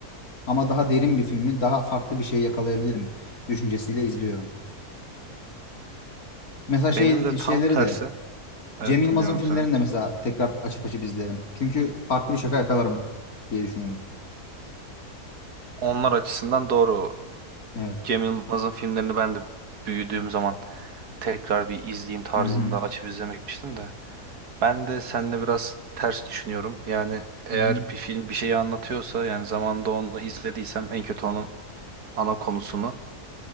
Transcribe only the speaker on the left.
Ama daha derin bir filmi, daha farklı bir şey yakalayabilirim düşüncesiyle izliyorum. Mesela şey
şeyleri
de
Cem Yılmaz'ın
filmlerini
de mesela tekrar açıp açıp izlerim. Çünkü farklı bir şaka yakalarım diye düşünüyorum.
Evet.
Hı hı.
Hı hı.